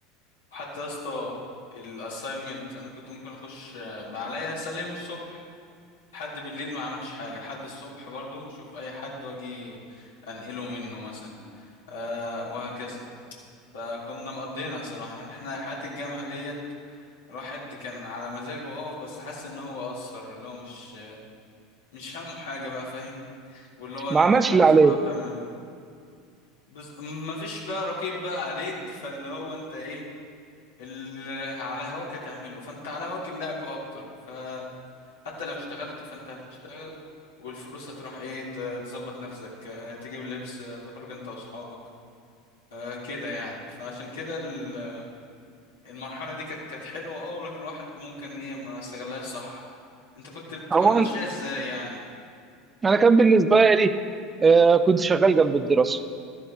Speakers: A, on the left; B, on the right.
A: حتى يا اسطى الاساينمنت انا كنت ممكن اخش آه، عليا اسلمه الصبح لحد بالليل ما عملتش حاجة لحد الصبح برضو شوف أي حد وأجي أنقله منه مثلا أه وهكذا فكنا مقضينا صراحة يعني احنا حياة الجامعة ديت الواحد كان على مزاجه أقف بس حس إن هو قصر اللي هو مش مش همه حاجة بقى فاهم واللي هو
B: ما
A: اللي
B: عملش
A: أنت عايزه
B: اللي عليه
A: بقى بتعمله بز... مفيش بقى رقيب بقى عليك فاللي هو أنت إيه اللي على هواك هتعمله فأنت على هواك اللعب أكتر ف حتى لو اشتغلت فانت هتشتغل والفلوس هتروح ايه ت- تظبط نفسك آه، تجيب لبس آه، تخرج انت واصحابك آه، كده يعني فعشان كده ال- المرحلة دي كانت كانت حلوة اه لكن الواحد ممكن ايه ما استغلهاش صح انت كنت بتبقى
B: هو
A: ماشية
B: انا
A: ازاي يعني
B: أنا كان بالنسبه لي آه كنت شغال جنب الدراسه